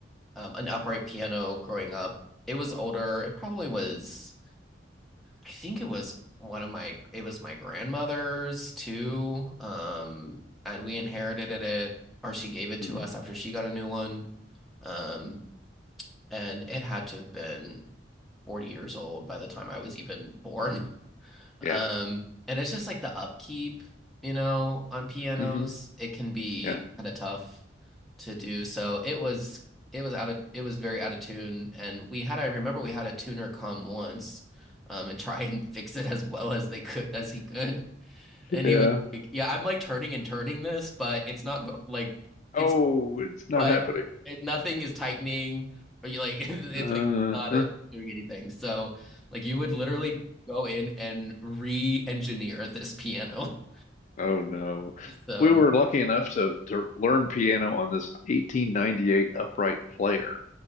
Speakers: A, in the centre; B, on the left.
A: um, an upright piano growing up. It was older. It probably was, I think it was one of my, it was my grandmother's too. Um, and we inherited it, or she gave it
B: hmm
A: to us after she got a new one. Um, and it had to have been 40 years old by the time I was even born. Um,
B: Yeah.
A: and it's just like the upkeep, you know, on Mhm. pianos,
B: hmm
A: it can be
B: Yeah.
A: kind of tough to do. So it was it was out of it was very out of tune, and we had I remember we had a tuner come once, um, and try <laughs> and fix it as well as they could as he could, and
B: Yeah.
A: he was like, "Yeah, I'm like turning and turning this, but it's not go like
B: Oh,
A: it's
B: it's not
A: but
B: happening.
A: it, nothing is tightening, or you like <laughs> it's
B: Uh,
A: like not uh,
B: <laughs>
A: doing anything." So like you would literally go in and re-engineer this piano. <laughs>
B: Oh no.
A: So.
B: We were lucky enough to to learn piano on this 1898 upright player,